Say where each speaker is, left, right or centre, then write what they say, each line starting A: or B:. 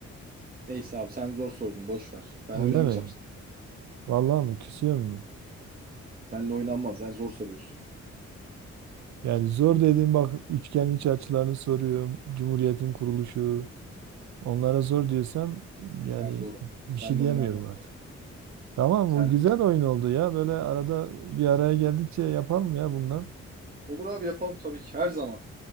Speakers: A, on the right (about 30°); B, on the right (about 70°).
A: Neyse abi sen zor sordun. Boş ver. Ben
B: Öyle
A: oynamayacağım.
B: mi? Vallahi mi? Küsüyor mu?
A: Seninle oynanmaz. Sen zor soruyorsun.
B: Yani zor dediğim bak üçgen iç açılarını soruyorum. Cumhuriyetin kuruluşu. Onlara zor diyorsan yani
A: Sen zor. abi.
B: bir
A: Seninle
B: şey diyemiyorum
A: oynanmaz.
B: artık. Tamam
A: Sen...
B: bu güzel oyun oldu ya. Böyle arada bir araya geldikçe yapalım ya bundan.
A: Olur abi yapalım tabii ki her zaman.